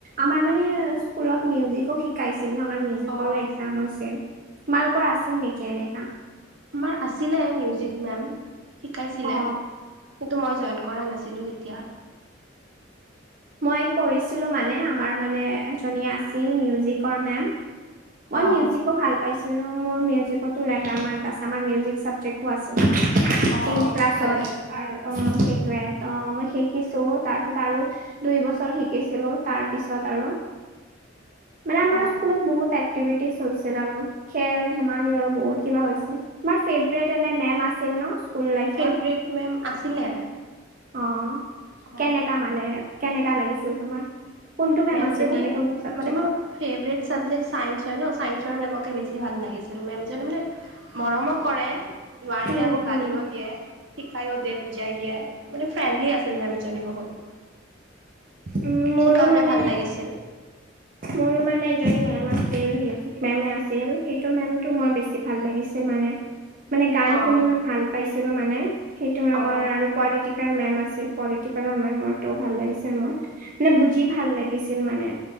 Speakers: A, on the right; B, on the right.
A: আমাৰ মানে স্কুলত মিউজিকো শিকাইছিল ন আমাৰ মিউজিকৰো
B: অঁ
A: একজাম হৈছে তোমালোকৰ আছিল নেকি এনেকা
B: আমাৰ আছিলে মিউজিক মেম শিকাইছিলে
A: অ
B: কিন্তু মই জইন কৰা নাছিলো দেই। এতিয়া
A: মই কৰিছিলোঁ মানে আমাৰ মানে এজনি আছিল মিউজিকৰ মেম। মই
B: অঁ
A: মিউজিক খুব ভাল পাইছিলোঁ। মোৰ মিউজিকতো লেটাৰ মাৰ্ক আছে, আমাৰ মিউজিক চাবজেক আছিল।
B: অঁ
A: টেন ক্লাছত
B: ভালে
A: আৰু অ' সেইটোৱে ত মই শিকিছোঁ তাৰপিছত আৰু দুই বছৰ শিকিছিলোঁ তাৰ পিছত আৰু মানে আমাৰ
B: অঁ
A: স্কুলত বহুত এক্টিভিটিজ হৈছিল আৰু খেল-ধেমালি আৰু বহুত কিবা হৈছিল। তোমাৰ ফেভৰেট এনে মেম আছিল ন'? স্কুল লাইফত?
B: ফেভৰেট মেম আছিলে।
A: অ'
B: অঁ
A: কেনেকা মানে কেনেকা লাগিছিল তোমাৰ? কোনটো মেম
B: মেমজনী
A: আছিল মানে কোনটো চাবজেক্টত?
B: মানে মোৰ ফেভৰেট ছাবজেক্ট ছাইেন্স হয় ন' চায়েঞ্চৰ মেমকে বেছি ভাল লাগিছিল মেম জনী মানে মৰমো কৰে নোৱাৰিলে
A: উম
B: আকৌ গালিও
A: উম
B: দিয়ে। শিকাইও দিয়ে, বুজাই দিয়ে মানে ফ্ৰেণ্ডলি আছিল মেমজনী বহুত।
A: উম, মোৰো
B: সেইকাৰণে
A: মানে
B: ভাল লাগিছিল
A: মোৰো মানে এজনী মেম আছিল মিউজিক মেম আছিল সেইটো মেমটো মই বেছি ভাল লাগিছিল মানে-মানে গান
B: অঁ
A: শুনি মই ভাল পাইছিলোঁ মানে সেইটো মেমৰ
B: অঁ
A: আৰু পলিটিকেল মেম আছিল পলিটিকেলৰ মেমৰটো ভাল লাগিছিল। মোৰ মানে বুজি ভাল লাগিছিল মানে